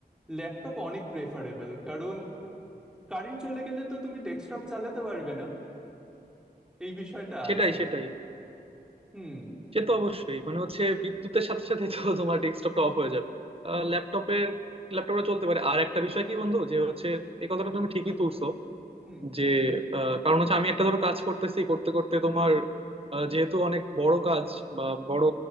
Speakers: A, in the centre; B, on the right.
A: ল্যাপটপ অনেক প্রেফারেবল কারণ কারেন্ট চলে গেলে তো তুমি ডেস্কটপ চালাতে পারবে না এই বিষয়টা
B: সেটাই
A: আছে
B: সেটাই
A: হুম
B: সে তো অবশ্যই মানে হচ্ছে বিদ্যুতের সাথে সাথে তো তোমার ডেস্কটপটা অফ হয়ে যাবে ল্যাপটপের ল্যাপটপটা চলতে পারে আর একটা বিষয় কি বন্ধু যে হচ্ছে এই কথাটা তুমি ঠিকই তুলছো
A: হুম
B: যে আহ, কারণ হচ্ছে আমি একটা ধরো কাজ করতেছি করতে করতে তোমার আহ, যেহেতু অনেক বড় কাজ বা বড়